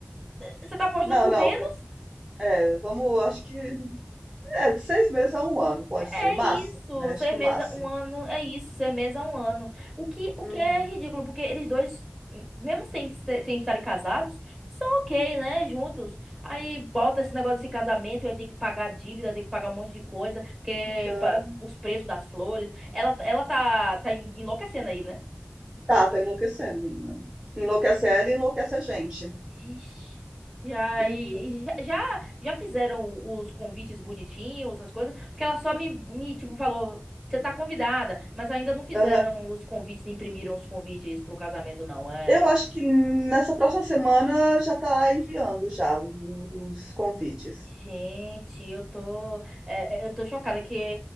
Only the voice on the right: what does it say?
Não,
não,
É, vamos, acho que é de seis meses a um ano, pode ser,
máximo,
né? Acho
que
máximo.
Uhum.
Então,
tá, tá enlouquecendo, menina. Enlouquece ela e enlouquece a gente.
Uhum.
Aham.
Eu acho que nessa próxima semana já tá enviando já o- os convites.